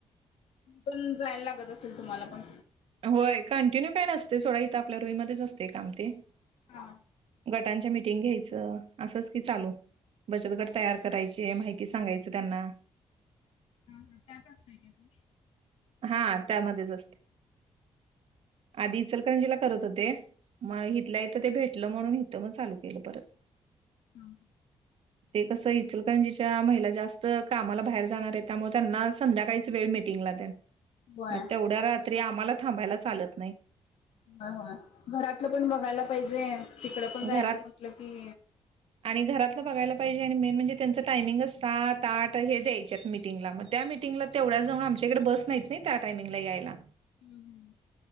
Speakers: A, on the left; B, on the right.
A: पण जायला लागत असेल तुम्हाला पण
B: होय कंटिन्यू काय नसते सोडा इथं आपल्या रुईमध्येध्येच असते काम ते
A: हा
B: गटांच्या मीटिंग घ्यायचं असंच की चालू बचतगट तयार करायची माहिती सांगायचं त्यांना
A: हा हा त्यात असतय का तुम्ही
B: हा त्यामध्येच असते आधीचलकरंजीला करत होते मग हथलं इथं ते भेटलं म्हणून इथं मग चालू केलं परत
A: हम
B: ते कसं इचल कारण जिच्या महिला जास्त कामाला बाहेर जाणार आहे त्यामुळे त्यांना संध्याकाळीच वेळ मिळते
A: होय
B: मग तेवढ्या रात्री आम्हाला थांबायला चालत नाही
A: ह घरातलं पण बघायला पाहिजे तिकड पण जायचं
B: घरात
A: म्हटलं की
B: आणि घरातलं बघायला पाहिजे आणि मेन म्हणजे त्यांचं टायमिंग सात आठ हे द्यायच्यात मीटिंगला मग त्या मीटिंगला तेवढ्याचजऊन आमच्याकडे बस नाहीत नाही त्या टाइमिंगला यायला
A: हम् हम